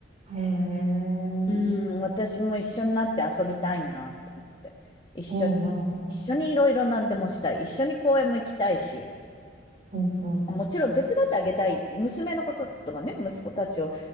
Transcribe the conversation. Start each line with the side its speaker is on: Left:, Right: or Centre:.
Right: へえ。うん
Left: うん、私も一緒になって遊びたいなと思って、一緒に、
Right: うん、
Left: 一緒にいろいろ何でもしたい、一緒に公園も行きたいし、
Right: うん、うん。
Left: もちろん手伝ってあげたい、娘のこととかね、息子たちを、